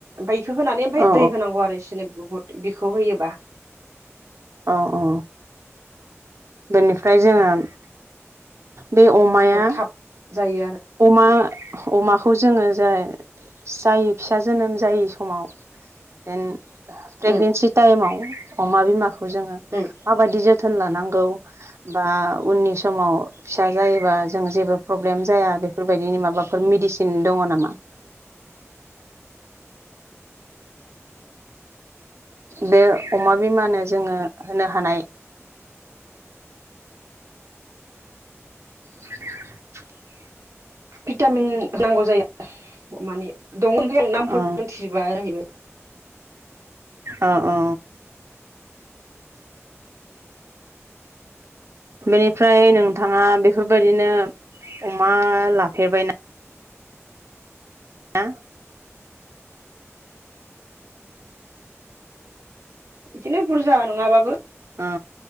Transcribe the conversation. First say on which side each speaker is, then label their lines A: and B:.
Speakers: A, on the right; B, on the right.
A: बेखो होनानै ओमफाय
B: औ
A: दै होनांगौ आरो इस सोरनो बहुद बिखौ होयोबा
B: औ औ बेनिफ्राय जोङोम बे अमाया
A: थाब जायो आरो
B: अमा अमाखौ जोङो जाय जायो फिसा जोनोम जायै समाव जेन ओ प्रेगनेन्सि
A: उम
B: टाइमाव अमा बिमा खौ जोङो
A: उम
B: माबायदि जोथ थोन लानांगौ बा उननि समाव फिसा जायोबा जोङो जेबो प्रब्लेम जाया बेफोरबायदिनि माबाफोर मेडिसिन दङ नामा बे अमा बिमानो जोङो होनो हानाय <inaudible> <inaudible>
A: भिटामिन नांगौ जायो माने दं ओमफ्राय आं नामफोरखौ
B: औ
A: मिथिजोबा जाहैबाय
B: औ
A: उम
B: औ बेनिफ्राय नोंथाङा बेफोरबायदिनो अमा लाफेरबायना आ
A: बिदिनो बुरजा नङाबाबो
B: औ